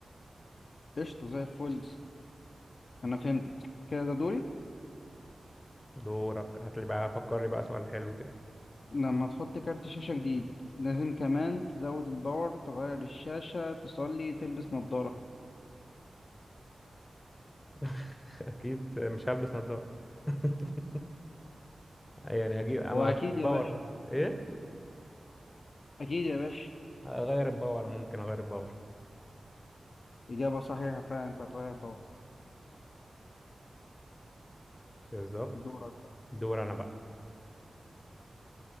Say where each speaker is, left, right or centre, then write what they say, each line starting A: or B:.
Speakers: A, on the left; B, on the left.
A: قشطة زي الفل انا فهمتك كده ده دوري
B: دورك هات لي بقى فكر لي بقى سؤال حلو كده
A: لما تحط كارت شاشة جديد لازم كمان تزود الباور تغير الشاشة تصلي تلبس نظارة
B: <laughs> اكيد مش هلبس نظارة <laughs> يعني هجيب اما
A: هو اكيد
B: هغير
A: يا
B: الباور
A: باشا
B: بس ايه
A: اكيد يا باشا
B: هغير الباور ممكن اغير الباور
A: اجابة صحيحة فعلا انت هتغير باور
B: بالظبط
A: دورك بقى
B: دور انا بقى